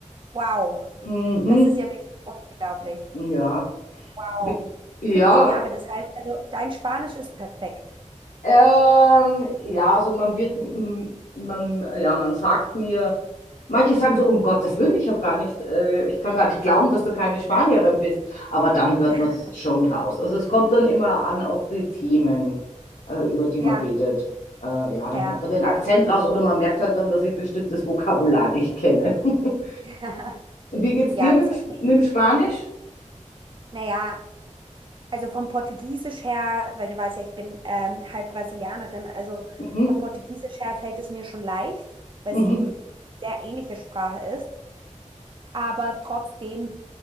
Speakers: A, on the right (about 40°); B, on the left (about 85°).
A: Wow,
B: Mhm.
A: das ist ja wirklich unglaublich.
B: Ja.
A: Wow,
B: Wie- Ja,
A: 15 Jahre, das heißt also, dein Spanisch ist perfekt.
B: Ähm, ja, also man wird, m- man, ja, man sagt mir, manche sagen so, um Gottes Willen, ich habe gar nicht, äh, ich kann gar nicht glauben, dass du keine Spanierin bist. Aber dann hört
A: <laughs>
B: man es schon raus. Also es kommt dann immer an auf die Themen, äh, über die
A: Ja,
B: man redet. Äh, ja, dann
A: fair,
B: hört man den
A: fair.
B: Akzent raus oder man merkt halt dann, dass ich bestimmtes Vokabular nicht kenne. <laughs>
A: <laughs>
B: Wie geht's
A: Ja,
B: dir mit
A: das
B: dem,
A: verstehe
B: Sp- mit dem
A: ich.
B: Spanisch?
A: Naja, also vom Portugiesisch her, weil du weißt ja, ich bin ähm, halb Brasilianerin, also
B: Mhm,
A: vom Portugiesisch her fällt es mir schon leicht, weil
B: mhm,
A: es eben sehr ähnliche Sprache ist. Aber trotzdem,